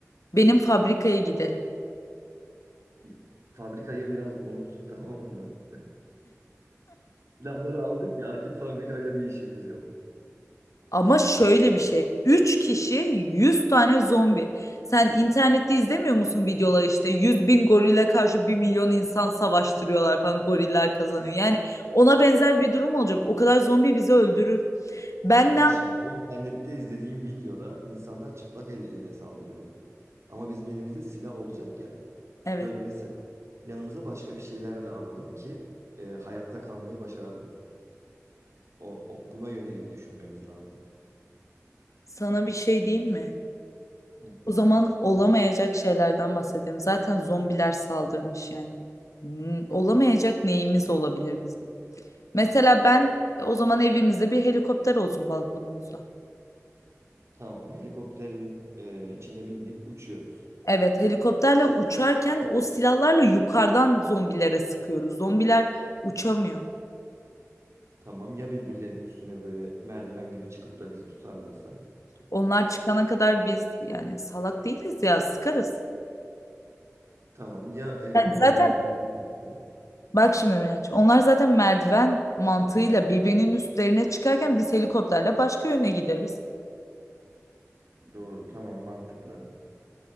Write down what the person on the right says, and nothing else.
Y- Fabrikayı biraz unut <laughs> tamam mı? Silahları aldık ya artık fabrikayla bir işimiz yok.
Bak
şimdi internette izlediğim videoda insanlar çıplak elleriyle saldırıyorlar. Ama bizim elimizde silah olacak ya.
Böyle mesela yanımıza başka bir şeyler de alalım ki e, hayatta kalmayı başaralım. O, o- buna yönelik düşünmemiz lazım.
Hı.
Tamam helikopterin e, içine bindik uçuyoruz.
Tamam ya birbirlerinin üstüne böyle merdiven gibi çıkıp da bizi tutarlarsa.
Tamam ya helikopterin
benzini biterse.
Doğru tamam mantıklı.